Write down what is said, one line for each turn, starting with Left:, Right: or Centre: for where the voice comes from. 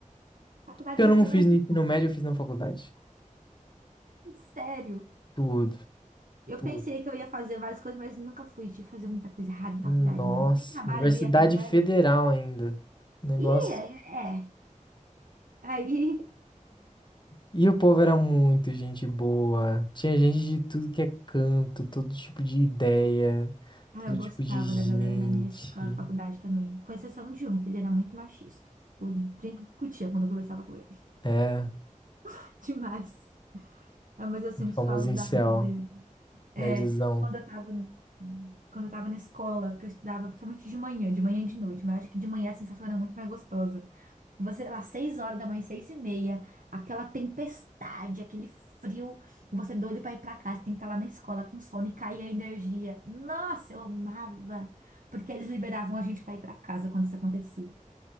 Right: faculdade
Left: Porque eu
Right: já
Left: não
Right: foi
Left: fiz
Right: mais
Left: no
Right: de
Left: ensino
Right: boa.
Left: médio, eu fiz na faculdade.
Right: Sério.
Left: Tudo,
Right: Eu
Left: tudo.
Right: pensei que eu ia fazer várias coisas, mas nunca fui de fazer muita coisa errada em
Left: Nossa,
Right: faculdade, não. Nem trabalho
Left: Universidade
Right: eu ia com a galera.
Left: Federal ainda. Negócio.
Right: E é. é. Aí
Left: E o povo era muito gente boa. Tinha gente de tudo que é canto, todo tipo de ideia,
Right: Ah,
Left: todo
Right: eu gostava
Left: tipo de gente.
Right: da galera na minha esca- faculdade também, com exceção de um, que ele era muito machista. Eu sempre discutia quando eu conversava com ele.
Left: É,
Right: <laughs> Demais. Ah, mas eu sinto
Left: famoso
Right: saudade
Left: incel,
Right: dele. É,
Left: nerdzão.
Right: quando eu tava, na- quando eu tava na escola, que eu estudava principalmente de manhã, de manhã e de noite, mas eu acho que de manhã a sensação era muito mais gostosa. Você lá, seis horas da manhã, seis e meia, aquela tempestade, aquele frio, você é doido pra ir pra casa, tem que estar lá na escola com sono e cair a energia. Nossa, eu amava! Porque eles liberavam a gente pra ir pra casa quando isso acontecia.